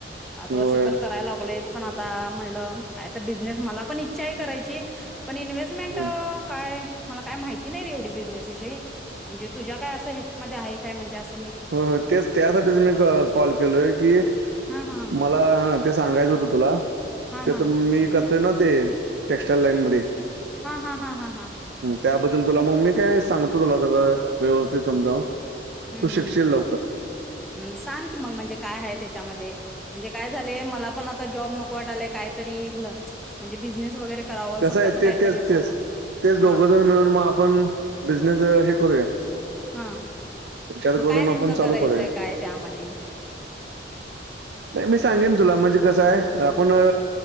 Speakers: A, in the centre; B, on the right.
A: सात
B: होय
A: वर्ष तर करायला लागलोयच. पण आता म्हणलं कायतर बिझनेस मला पण इच्छा आहे करायची. पण इन्व्हेस्टमेंट
B: हं,
A: काय मला काय माहिती. ती नाही रे एवढी बिझनेस विषयी. तुझ्या काय असं ह्याच्यामध्ये आहे काय म्हणजे अस
B: हो हो ते त्यासाठीच मी कॉल केलोय? की
A: हा हा
B: मला हा ते सांगायचं होतं तुला
A: हा
B: ते
A: हा
B: तर मी करतोय ना. ते टेक्स्टाईल लाईन मध्ये.
A: हा -हा -हा- हा- हा.
B: त्याबद्दल तुला मग मी काय सांगतो तुला सगळं व्यवस्थित समजावून.
A: हम्म
B: तू शिकशील
A: हम्
B: लवकर.
A: ह सांग की मग म्हणजे काय आहे, त्याच्यामध्ये म्हणजे काय. सं झालंय मलापण आता जॉब नको वाटलयं काहीतरी घ म्हणजे बिझनेस वगैरे. करावं
B: कसं
A: स्वतःच
B: आहे, ते
A: काहीतरी
B: तेच,
A: असावं
B: तेच, तेच दोघंजण
A: हा
B: मिळून मग आपण बिझनेसं हे करूया.
A: हा
B: विचार
A: मग
B: करून
A: काय नेमकं
B: आपण चालू
A: करायचंय
B: करूया,
A: काय त्यामध्ये
B: नाही मी सांगेन तुला म्हणजे कसं आहे. आपण